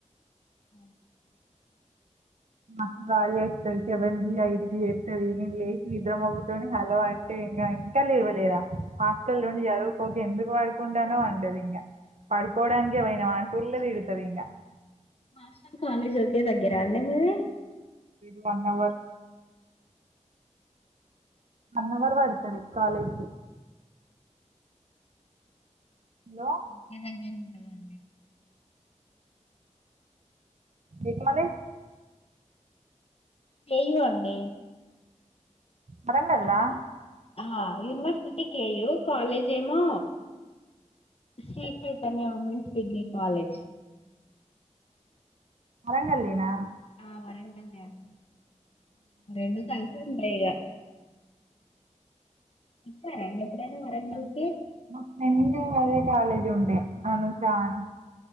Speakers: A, on the left; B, on the right.
A: అ
B: మాక్క గాలి వేస్తంది సెవెన్ గి ఐదుకిి వస్తంది నేను లేసి నిద్రమ్గుతోని హలో అంటే ఇంకా ఇంకా లేవలేదా హాస్టల్ నుండి చదువుకోక ఎందుకు పడుకుంటానో వంటదు ఇంకా పడుకోవడానికే పోయినావా అని ఫుల్లు తిడ్తది డింగా
A: హాస్టల్ కాలేజ్ ఓకే దగ్గర అని మీదీ
B: వన్అవర్ వన్ అవర్ పడ్తది కాలేజ్ కి హలో
A: లేదండి ఎం ఉండదండి
B: మీకు మరి
A: కే యు అండీ
B: వరంగల్లా
A: అంటే ఆ ఎ యూనివర్ టి కే యూ కాలేజేమో శ్రీ చైతన్య అండీ డిగ్రి కాలేజ్
B: వరంగళ్లేనా
A: ఆ వరంగల్లే అండి రెండ కలిసే ఉంటాయిగా వచ్చారండి ఎప్పుడైనా వరంగల్
B: హ
A: కి
B: మ ఫ్రెండ్ అదే కాలేజ్ ఉండే అనుషా అని